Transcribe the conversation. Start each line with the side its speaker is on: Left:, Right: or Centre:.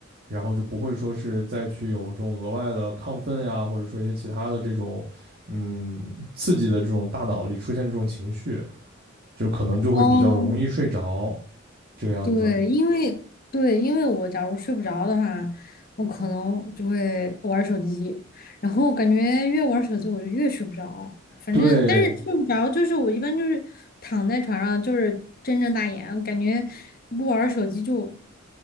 Right: 然后就不会说是再去有这种额外的亢奋呀，或者说一些其他的这种嗯刺激的这种大脑里出现这种情绪，就可能就会比较容易睡着，
Left: 哦，
Right: 这个样子。
Left: 对，因为对，因为我假如睡不着的话，我可能就会玩儿手机，然后感觉越玩儿手机我就越睡不着。反正，
Right: 对，
Left: 但是睡不着就是我一般就是躺在床上就是睁着大眼，感觉不玩儿手机就